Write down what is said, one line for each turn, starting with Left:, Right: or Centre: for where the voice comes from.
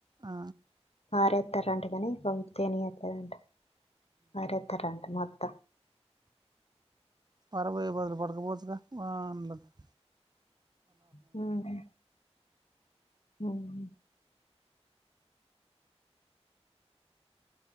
Right: ఆ.
Left: పారెత్తరంట కానీ, పాపం తీయనియట్లేదంట. పారెత్తరంట మొత్తం.
Right: పారవోయే బదులు పడ్. పోవచ్చుగా మా. <unintelligible>
Left: ఉహు అవును